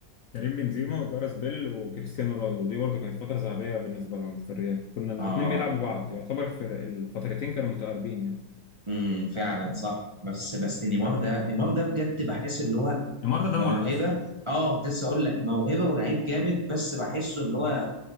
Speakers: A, on the left; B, on the right.
A: كريم بنزيما وجارس بيل وكريستيانو رونالدو دي برضو كانت فتره ذهبيه بالنسبه لهم في الريال كنا الاثنين
B: اه
A: بيلعبوا بعض يعتبر في الفترتين كانوا متقاربين يعني
B: امم فعلا صح بس بس نيمار ده نيمار ده بجد بحس اللي هو
A: نيمار ده
B: موهبه
A: دمر نفسه
B: اه كنت لسه اقول لك موهبه ولعيب جامد بس بحسه اللي هو